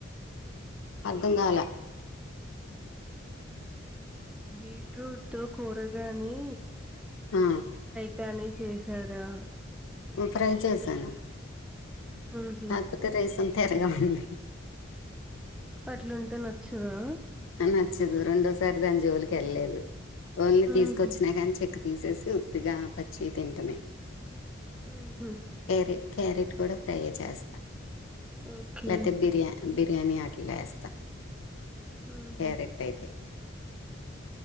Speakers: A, on the left (about 80°); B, in the centre.
A: అర్ధంగాల
B: బీట్రూట్ తో కూరగాని
A: ఆ
B: గనీ చేశారా
A: ఫ్రై చేసాను
B: ఉహు
A: కాకపోతే రైస్ అంత తెర్ గా హ ఉంది
B: పట్లుంటే నచ్చదా
A: నచ్చదు రెండోసారి దాని జోలికి వెళ్ళలేదు ఓన్లీ
B: ఉహు
A: తీసుకొచ్చినా కానీ చెక్ తీసేసి ఉ తిగా పచ్చి తింటమే
B: ఉహు
A: క్యారెట్ క్యారెట్ కూడా ఫ ట్రయ చేస్తాను
B: ఓకే
A: లేతే బిర్యా బిర్యా బిర్యానీ హాకలేస్త
B: ఉహు
A: క్యారెక్ట్ యితే